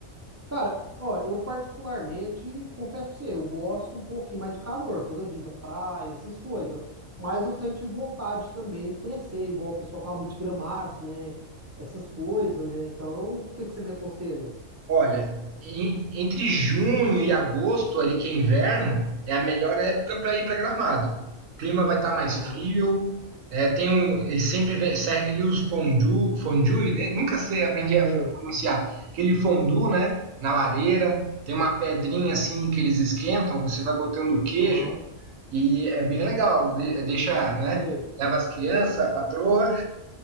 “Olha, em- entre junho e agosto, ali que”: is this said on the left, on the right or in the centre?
Right